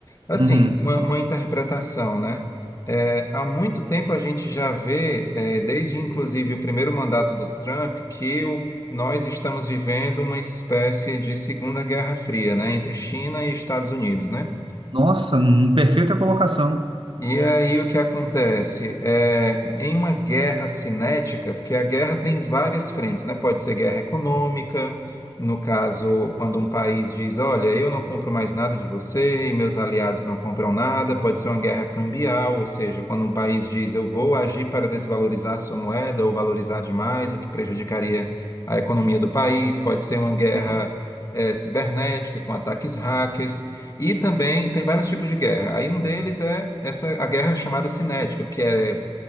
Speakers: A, on the left; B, on the right.
A: Assim,
B: Uhum.
A: uma, uma interpretação, né? É, há muito tempo a gente já vê, é, desde inclusive o primeiro mandato do Trump, que o- nós estamos vivendo uma espécie de Segunda Guerra Fria, né? Entre China e Estados Unidos, né?
B: Nossa, hum, perfeita colocação.
A: E aí o que acontece? É, em uma guerra cinética, porque a guerra tem várias frentes, né? Pode ser guerra econômica, no caso, quando um país diz, olha, eu não compro mais nada de você e meus aliados não compram nada, pode ser uma guerra cambial, ou seja, quando um país diz, eu vou agir para desvalorizar a sua moeda ou valorizar demais, o que prejudicaria a economia do país, pode ser uma guerra,
B: Hum.
A: eh, cibernética com ataques hackers. E também tem vários tipos de guerra. Aí um deles é essa a guerra chamada cinética, que é